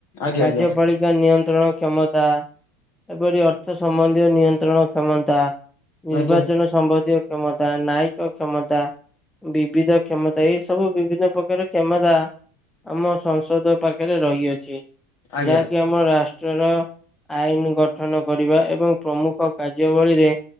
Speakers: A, on the left; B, in the centre.
A: ଆଜ୍ଞା
B: କାର୍ଯ୍ୟପାଳି
A: ଆଜ୍ଞା
B: କା ନିୟନ୍ତ୍ରଣ କ୍ଷମତା ଏପରି ଅର୍ଥ ସମ୍ବନ୍ଧୀୟ ନିୟନ୍ତ୍ରଣ କ୍ଷମତା ନିର୍ବାଚନ
A: ଆଜ୍ଞା
B: ସମ୍ବନ୍ଧୀୟ କ୍ଷମତା ନାୟି କ କ୍ଷମତା ବିବିଧ କ୍ଷମତା ଏଇ ସବୁ ବିଭିନ୍ନ ପ୍ରକାର କ୍ଷମତା ଆମ ସଂସଦ ପାଖେରେ ରହିଅଛି।
A: ଆଜ୍ଞା
B: ଯାହାକି ଆମ ରାଷ୍ ଟ୍ରର ଆଇନି ଗଠନ କରିବା ଏବଂ ପ୍ରମୁଖ କାର୍ଯ୍ୟବଳୀରେ